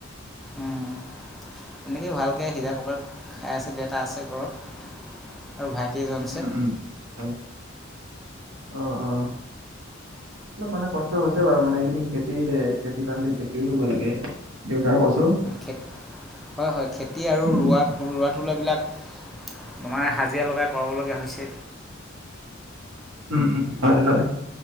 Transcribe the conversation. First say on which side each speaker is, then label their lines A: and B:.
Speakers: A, in the centre; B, on the right.
A: উম। তেনেকেই ভালকৈ সিজাই পকাই খাই আছে, দেউতা আছে ঘৰত। আৰু ভাইটি এজন আছে
B: উম উম, ভাল, অ', অ'। অলপ মানে কষ্ট হৈছে বাৰু, মানে এইকেইদিন খেতি, খেতিৰ কাৰনে খেতিও ৰুব লাগে। দেউতাৰ কৈছোঁ।
A: খে, হয় হয় খেতি আৰু
B: উম
A: ৰোৱা, ৰোৱা তোলা বিলাক তোমাৰ হাজিৰা লগাই, কৰাবলগীয়া হৈছে।
B: উম, উম, হয়, হয়।